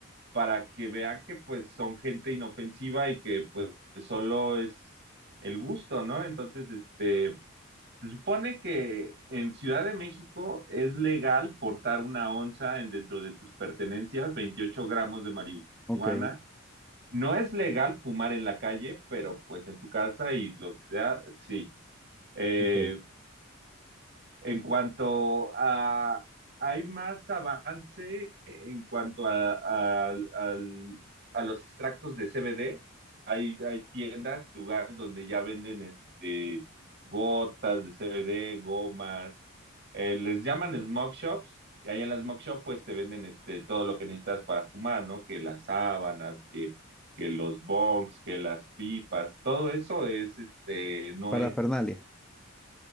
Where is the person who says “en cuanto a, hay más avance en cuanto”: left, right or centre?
Right